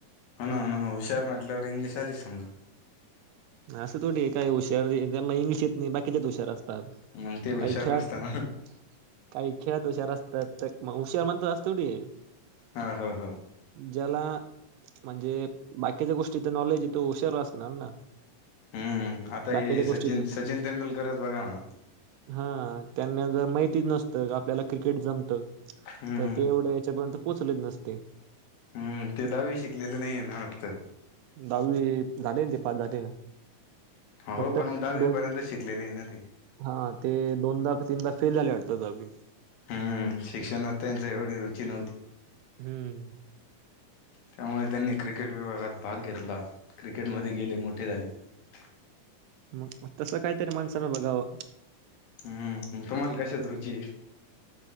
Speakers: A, on the left; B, on the right.
A: हो ना हो ना हुशार म्हटल्यावर मग इंग्लिश आलीच समजा
B: असं थोडी काय हुशार म्हटल की इंग्लि येत नाही बाकीच्यात हुशार असत
A: मग ते हुशार
B: काही खेळात
A: नसताना
B: त काही खेळात हुशार असतात तर मग हुशार म्हणतात असतो की
A: हा हा हा
B: ज्याला म्हणजे बाकीच्या गोष्टीच नॉलेज येतो हुशार असणार ना
A: हम्म आता
B: बाकीच्या
A: हे
B: गोष्टीच
A: सचिन सचिन तेंडुलकरच बघा ना
B: हा त्यांना जर माहितीच नसतं आपल्याला क्रिकेट जमतं
A: हम्म
B: तर ते एवढं हयाच्यापर्यंत पोहचलत नसतय
A: हम्म. ते दहावी शिकलेले नाहीय ना? वाटत.
B: दहावी झाले ते. पास झाले ना. फक्त
A: हो पण मग दहावी
B: दोन
A: पर्यंत शिकलेले आहे ना ते
B: हा ते दोनदा की तीनदा- फेल झाले वाटत दहावीत.
A: हम्म शिक्षणात त्यांचं ऐवढी रुची नव्हती.
B: हम्म.
A: त्यामुळे त्यांनी क्रिकेट विभागात भाग घेतला. क्रिकेटमध्ये गेले मोठे झाले. चा
B: मग तसं काहीतरी माणसानं बघावं
A: हम्म हहम्म तुम्हाला कशात रु ची